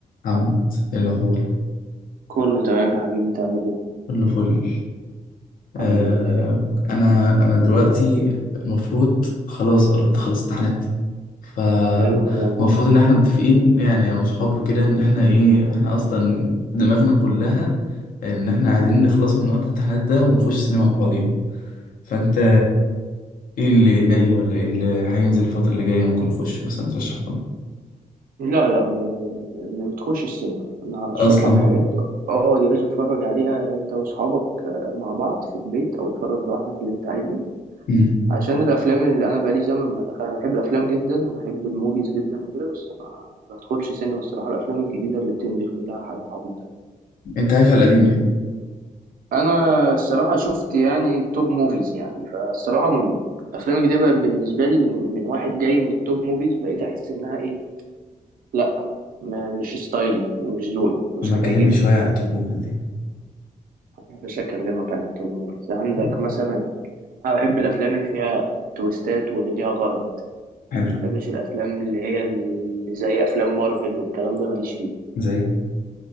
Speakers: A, on the left (about 80°); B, on the right (about 85°).
A: محمد ايه الاخبار
B: كله تمام يا حبيبي انت عامل ايه
A: كله فل آه
B: الحمد لله
A: انا انا دلوقتي المفروض خلاص قربت اخلص امتحانات فالمفروض
B: حلو الكلام ده
A: ان احنا متفقين يعني انا واصحابي كده ان احنا ايه احنا اصلا دماغنا كلها ان احنا عايزين نخلص من قرف الامتحانات ده ونخش السينما مع بعضينا فانت ايه اللي جاي ولا ايه اللي هينزل الفترة اللي جاية ممكن نخش مثلا ترشحهم
B: لا لا ما, ما بتخش السينما انا هرشح
A: اصلا
B: لك حاجات
A: بقى
B: اه يا باشا اتفرج عليها انت واصحابك آه، مع بعض في البيت او اتفرج لوحدك اللي انت عايزه
A: مم.
B: عشان الافلام اللي انا بقالي زمن ما دخل انا بحب الافلام جدا وبحب الموفيز جدا وكده بس ما بدخلش سينما الصراحه الافلام الجديده اللي بتنزل كلها حاجات عبيطه
A: انت عايش على القديم يعني
B: انا الصراحه شفت يعني توب موفيز يعني فالصراحه م- افلام الجديده بقت بالنسبه لي من من واحد جاي من التوب موفيز بقيت احس انها ايه لا ما مش ستايلي ومش ذوقي ومش
A: لما
B: هتعجبني
A: تكلمني شوية عن الطفولة دي
B: مش هكلمك عن التوب موفيز عندك
A: مم.
B: مثلا انا بحب الافلام اللي فيها تويستات واللي ليها غرض ما
A: حلو
B: بحبش الافلام اللي هي اللي زي افلام مارفل والكلام ده ماليش فيه
A: زي